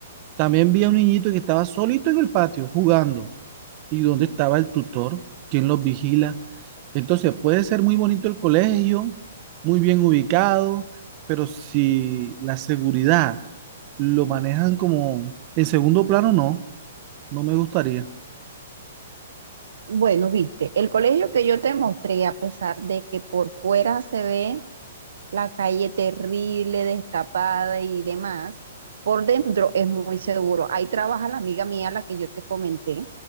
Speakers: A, on the right; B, on the right.
A: También vi a un niñito que estaba solito en el patio jugando. ¿Y dónde estaba el tutor? ¿Quién los vigila? Entonces puede ser muy bonito el colegio, muy bien ubicado, pero si la seguridad lo manejan como en segundo plano, no, no me gustaría.
B: Bueno, viste, el colegio que yo te mostré, a pesar de que por fuera se ve la calle terrible, destapada y demás, por dentro es muy seguro. Ahí trabaja la amiga mía, la que yo te comenté,